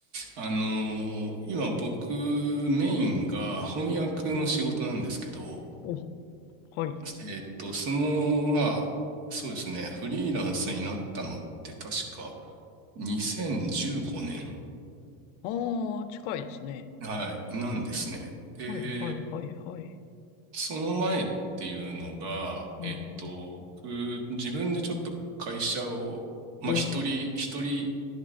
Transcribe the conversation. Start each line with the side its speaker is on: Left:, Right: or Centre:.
Right: あの、今僕、メインが翻訳の仕事なんですけど、
Left: お、はい。
Right: えーっと、その、まあ、そうですね、フリーランスになったのって確か2015年
Left: ああ、近いですね。
Right: はい、なんですね。で、
Left: はい、はい、はい、はい。
Right: その前っていうのが、
Left: うん
Right: えっと、僕自分でちょっと会社を、まあ一人、
Left: うん
Right: 一人